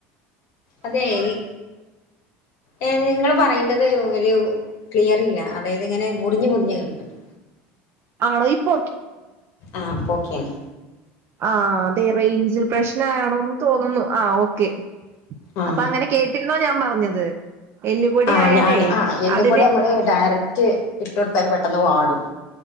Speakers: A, on the left (about 60°); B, on the right (about 45°).
A: അതെ ഈ ഏ നിങ്ങള് പറയുന്നത് ഒരു ക്ലിയർ ഇല്ല അതായത് ഇങ്ങനെ മുറിഞ്ഞ് മുറിഞ്ഞ് കേൾക്കണ്ട്
B: ആണോ ഇപ്പ്
A: ആം കെ യാണ്
B: ആ അതെ റേഞ്ച് പ്രശ്നം ആണോന്ന് തോന്നുന്നു ആ ഓക്കെ
A: ആഹ്
B: അപ്പൊ അങ്ങനെ കേട്ടിരുന്ന ഞാൻ പറഞ്ഞത് എല്ലുപൊടി
A: ആ
B: ആയാലേ
A: ഞാൻ ആ എല്ലുപൊടി
B: അതിന്
A: നമ്മള് ഡയറക്റ്റ് ഇട്ട് പെട്ടെന്ന് വാടും